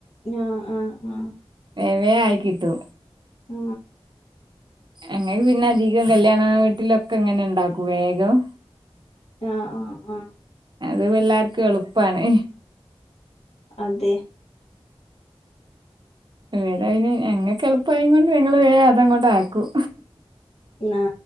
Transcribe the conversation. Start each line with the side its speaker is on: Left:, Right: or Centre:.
Left: ആ ആ ആ
Right: വേവേ ആയിക്കിട്ടു.
Left: ആ
Right: അങ്ങക്ക് പിന്നെ അധികം കല്യാണ വീട്ടിലൊക്കെ ഇങ്ങനെ ണ്ടാക്കൂ വേഗം.
Left: ആ ആ ആ
Right: അത് എല്ലാർക്കും എളുപ്പാണ്.
Left: അതെ
Right: എടാ അന് എങ്ങങ് എളുപ്പായ കൊണ്ട് ഞങ്ങള് വേ അതങ്ങോട്ട ആക്കും
Left: ആ